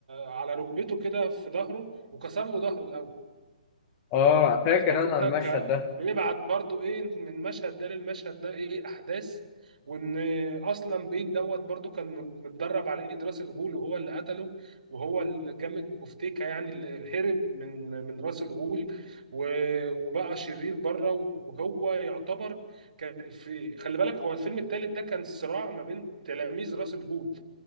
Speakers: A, on the right (about 75°); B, on the left (about 25°).
A: على ركبته كده في ظهره وكسر له ظهره الاول
B: اه اه، فاكر
A: فاهم
B: انا
A: انت
B: المشهد
A: ك...
B: ده
A: بيبعت برضو ايه من المشهد ده للمشهد ده ايه احداث وان اصلا بين دوت برضو كان مد- متدرب على ايد راس الغول وهو اللي قتله وهو اللي جامد بوفتيكا يعني اللي هرب من من راس الغول و- وبقى شرير بره وهو يعتبر كان في خلي بالك هو الفيلم الثالث ده كان صراع ما بين تلاميذ راس الغول